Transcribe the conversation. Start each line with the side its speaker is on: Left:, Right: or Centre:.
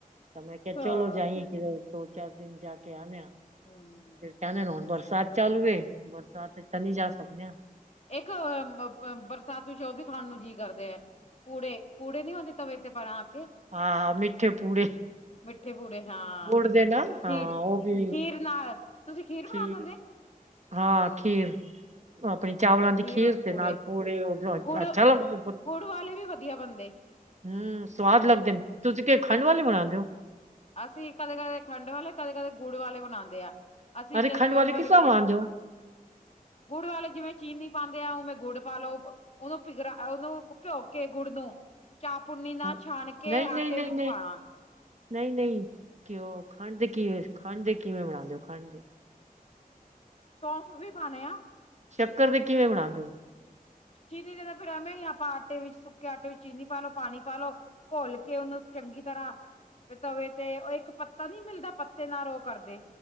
Right: ਤਾਂ ਮੈਂ ਕਿਹਾ
Left: ਹਾਂ
Right: ਚਲੋ ਜਾਈਏਂ ਕਿਦਰ, ਦੋ ਚਾਰ ਦਿਨ ਜਾ ਕੇ ਆਨਿਆਂ।
Left: ਹਮ
Right: ਕੈਂਦੇਨ ਹੁਨ ਬਰਸਾਤ ਚਾਲੂਵੇ, ਬਰਸਾਤ ਚ ਤਾਂ ਨੀ ਜਾ ਸਕਨੇ ਆਂ।
Left: ਇੱਕ ਬ ਬ ਬ ਸਤ ਵਿੱਚ ਉਹ ਵੀ ਖਾਣ ਨੂੰ ਜੀਅ ਕਰਦੇ ਹੈ ਪੂੜੇ ਪੂੜੇ ਨੀ ਆਉਂਦੇ ਤਵੇ ਤੇ ਬਣਾ ਕੇ।
Right: ਹਾਂ ਮਿੱਠੇ ਪੂੜੇ।
Left: ਮਿੱਠੇ ਪੂੜੇ ਹਾਂ
Right: ਗੁੜ ਦੇ ਨਾ ਹਾਂ
Left: ਖੀਰ
Right: ਉਹ ਵੀ
Left: ਖੀਰ ਨਾਲ ਤੁਸੀਂ ਖੀਰ ਬਣਾਉਂਦੇ
Right: ਠੀਕ।
Left: ਹੁੰਦੇ
Right: ਹਾਂ ਖੀਰ। ਆਪਣੀ ਚਾਵਲਾਂ
Left: ਹਾਂ
Right: ਦੀ ਖੀਰ
Left: ਔਰ
Right: ਦੇ
Left: ਪੂੜੇ
Right: ਨਾਲ ਪੁੱੜੇ ਉਹ
Left: ਗੁੜ
Right: ਅੱਛਾ ਲੱਗਦਾ
Left: ਗੁੜ ਵਾਲੇ ਵੀ ਵਧੀਆ ਬੰਦੇ।
Right: ਹਮ ਸਵਾਦ ਲੱਗਦੇ ਨੇ ਤੁਸੀਂ ਕੇ ਖੰਡ ਵਾਲੇ ਬਣਾਉਦੇ ਹੋ?
Left: ਅਸੀਂ ਕਦੇ ਕਦੇ ਖੰਡ ਵਾਲੇ ਕਦੇ ਕਦੇ ਗੁੜ ਵਾਲੇ ਬਣਾਉਂਦੇ ਆ ਅਸੀਂ
Right: ਅਰੇ
Left: ਜਦੋਂ
Right: ਖੰਡ
Left: ਮੈਂ
Right: ਵਾਲੇ
Left: ਮੇਰੇ
Right: ਕਿਸ ਤਰ੍ਹਾ ਬਣਾਦੇ ਹੋ।
Left: ਗੁੜ ਵਾਲੇ ਜਿਵੇਂ ਚੀਨੀ ਪਾਉਂਦੇ ਆ ਉਵੇਂ ਗੁੜ ਪਾ ਲੋ। ਉਹਨੂੰ ਪਿਗਰਾ ਉਹਨੂੰ ਭਿਓਕੇ ਗੁੜ ਨੂੰ ਚਾਹਪੁੰਨੀ ਨਾ
Right: ਹਾਂ
Left: ਛਾਣ ਕੇ
Right: ਨਹੀਂ ਨਹੀਂ
Left: ਆਟੇ
Right: ਨਹੀਂ
Left: ਵਿੱਚ ਪਾਉਣਾ।
Right: ਨਹੀਂ ਨਹੀਂ ਕਿ ਉਹ ਖੰਡ ਦੇ ਕੀ ਖੰਡ ਦੇ ਕਿਵੇਂ ਬਣਾਉਂਦੇ ਹੋ ਖੰਡ ਦੇ।
Left: ਸੌਂਫ ਵੀ ਪਾਣੇ ਆ।
Right: ਚੱਕਰ ਤੇ ਕਿਵੇਂ ਬਣਾ ਦਿਓ?
Left: ਚੀਨੀ ਨੇ ਤਾਂ ਫਿਰ ਐਵੇਂ ਹੀ ਆਪਾਂ ਆਟੇ ਵਿੱਚ ਸੁੱਕੇ ਆਟੇ ਵਿੱਚ ਚੀਨੀ ਪਾ ਲਓ ਪਾਣੀ ਪਾ ਲ ਲੋ। ਘੋਲ ਕੇ ਉਹਨੂੰ ਚੰਗੀ ਤਰ੍ਹਾਂ ਤਵੇ ਤੇ ਉਹ ਇੱਕ ਪੱਤਾ ਨੀ ਮਿਲਦਾ ਪੱਤੇ ਨਾਲ ਉਹ ਕਰਦੇ